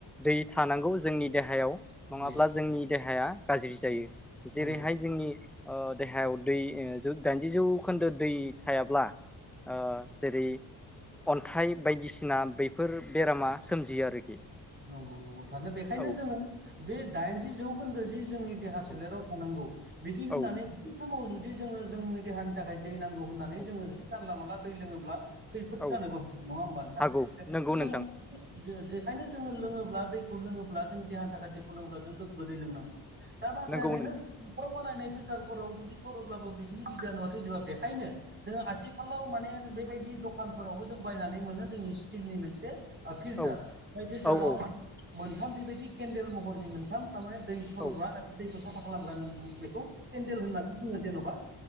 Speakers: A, in the centre; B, on the right.
A: दै थानांगौ जोंनि देहायाव नङाब्ला
B: नंगौ
A: जोंनि देहाया गाज्रि जायो
B: नंगौ
A: जेरैहाय जोंनि ओ देहायाव दै दाइनजि जौखोन्दो दै थायाब्ला आ जेरै अन्थाइ बायदिसिना बैफोर बेरामा सोमजियो आरोखि।
B: नंगौ नंगौ। थारानो बेखायनो
A: औ
B: जोङो बे दाइनजि जौखोन्दो जि जोंनि देहा सोलेराव
A: औ
B: थानांगौ बिदि होननानै
A: औ
B: बै समाव जुदि जोङो जोंनि देहानि थाखाय दै नांगौ गौ होननानै
A: औ
B: जोङो जुदि जानला मोनानला दै लोङोब्ला खैफोद
A: औ
B: जानोबो नङा होमबा नोंथां?
A: हागौ
B: बेखायनो
A: नंगौ
B: जों
A: नोंथां
B: <unintelligible> जेखायनो जोङो लोङोब्ला दैखौ लोङोब्ला जोंनि देहानि थाखाय दैखौ लोङोब्ला जों गोग्गो दै लोंनांगौ। दा माथ्राया
A: नंगौ
B: बेनो
A: नोंथां
B: ख'राव बानायनाय फिल्टारफोराव जुदि सरोब्लाबो बेफोरनि बिजानुवा थैजोबा बेखायनो जोङो आथिखालाव माने बेबायदि दखानफोरावबो जों बायनानै मोनो जोंनि स्टिलनि मोनसे आ फिल्टार
A: औ
B: जाय फिल्टाराव
A: औ औ
B: मान मोनथाम बेबायदि केन्देल महरनि मोन थाम थारमाने दै सर'ग्रा
A: औ
B: एबा दैखौ साफा खालामग्रा मोन बेखौ केन्देल होननानै बुङो जेन'बा।